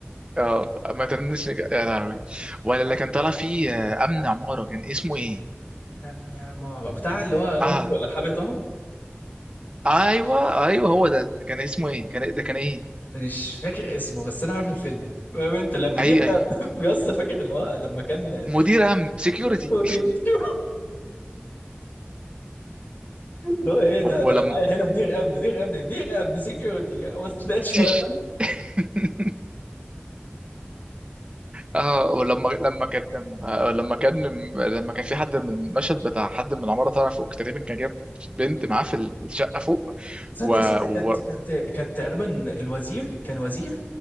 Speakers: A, on the right (about 25°); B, on the left (about 50°).
A: اه ما ترنش نج- يا لهوي ولا اللي كان طالع فيه آه، امن عماره كان اسمه ايه
B: يا ابني يا عمارة بتاع اللي هو
A: اه
B: امك ولا رحاب يا طه
A: ايوه ايوه هو ده كان اسمه ايه كان إيه؟ ده كان ايه
B: مش فاكر اسمه بس انا عارف الفيلم فاهم انت لما دي
A: اي اي
B: <laughs> بيص فاكر ان هو لما كان
A: مدير امن سكيورتي
B: سكيورتي <laughs> اللي هو ايه <laughs> ده
A: <laughs>
B: ده
A: ولما
B: انا معايا هنا مدير امن مدير امن مدير امن سكيورتي هو ما تبداش
A: تيش
B: ولا <laughs>
A: <laughs> اه ولما لما كان آه، لما كان لما كان في حد من المشهد بتاع حد من العماره طالع فوق تقريبا كان جاب بنت معاه في ال- في الشقه فوق
B: ثانية
A: و...
B: ثانية
A: و...
B: كانت كانت كانت تقريبا الوزير كان وزير